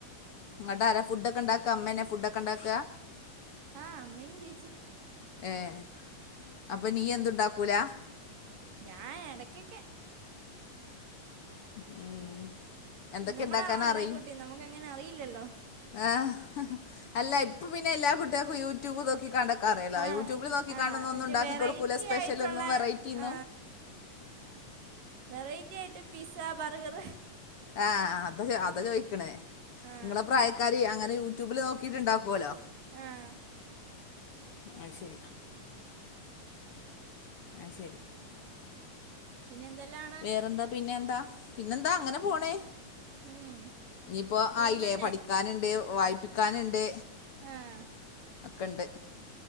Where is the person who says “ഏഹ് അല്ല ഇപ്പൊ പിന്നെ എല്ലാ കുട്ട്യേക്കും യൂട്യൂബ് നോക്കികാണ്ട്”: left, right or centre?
Left